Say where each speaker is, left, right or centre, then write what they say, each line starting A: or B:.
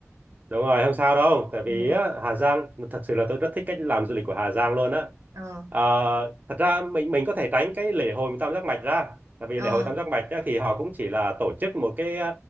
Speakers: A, on the right; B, on the right.
A: đúng rồi không sao đâu tại vì
B: ừ
A: á, Hà Giang thật sự là tôi rất thích cách làm du lịch của Hà Giang luôn á
B: ờ
A: Ờ, thật ra mình mình có thể tránh cái lễ hội tam giác mạch ra tại vì
B: ờ
A: lễ hội tam giác mạch á, thì họ cũng chỉ là tổ chức một cái